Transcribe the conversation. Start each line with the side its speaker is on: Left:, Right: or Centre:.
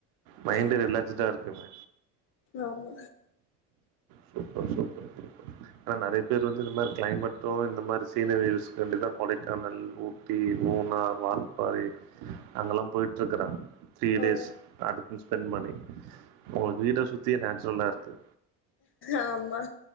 Right: மைண்டு
Left: ஆமா
Right: ரிலாக்ஸுடா இருக்குங்க
Left: ஆமா
Right: சூப்பர் சூப்பர் ஆனா நெறைய பேர் வந்து இந்த மாரி க்ளைமேட்டு இந்த மாரி சீனரி வ்யூஸ் வேண்டிதா கொடைக்கானல் ஊ ட்டி மூனார் வால்பாறை அங்கெல்லா போய்ட்டுருக்குறாங்க த்ரீ
Left: ஓ
Right: டேஸ் அதுக்குன் ஸ்பெண் பண்ணி உங்களுக்கு வீட சுத்தியே நேச்சுரலா இருக்கு
Left: ஆமா